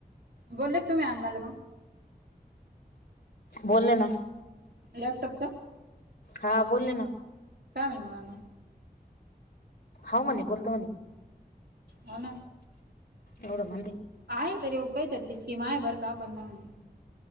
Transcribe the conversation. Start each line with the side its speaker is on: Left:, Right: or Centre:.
Right: बोललेत तुम्ही आणणाला मग.
Left: बोलले ना.
Right: लॅपटॉपचा.
Left: हां बोले ना.
Right: काय मही मग अण्णा.
Left: होव म्हणे बोलतो म्हणे.
Right: हो ना,
Left: एवढं म्हणले.
Right: आहे तर काहीत तची स्कीम आहे बरं का पण मग.